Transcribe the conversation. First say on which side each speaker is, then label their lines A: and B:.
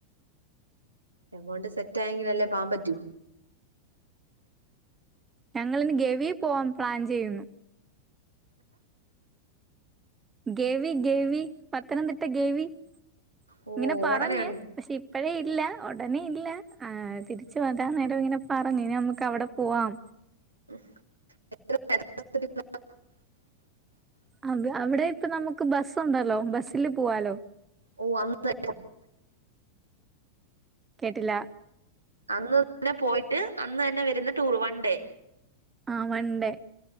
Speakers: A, on the right (about 80°); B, on the right (about 15°).
A: എമൗണ്ട് സെറ്റ് ആയെങ്കില അല്ലേ പാൻ പറ്റോ
B: ഞങ്ങളിന് ഗവി പോവാൻ പ്ലാൻ ചെയ്യുന്നു കെവി കെവി പത്തനംതിട്ട ഗേവി
A: ഓ
B: ഇങ്ങനെ പറഞ്ഞ്
A: ഉടനെ
B: പക്ഷെ ഇപ്പഴേ ഇല്ല ഉടനെ ഇല്ല തിരിച്ചു വരാൻ നേരം ഇങ്ങനെ പറഞ് ഇനി നമക്ക് അവിടെ പോവാം
A: <unintelligible>
B: അ അവിടെ ഇപ്പ നമുക്ക് ബസ് ഉണ്ടല്ലോ ബസ്സില് പോവാലോ
A: ഓ അങ് <unintelligible>
B: കെട്ടില
A: അന്ന് തന്നെ പോയിട്ട് അന്ന് തന്നെ വരുന്ന ടൂർ വൺ ഡേ
B: ആഹ് വൻ ഡേ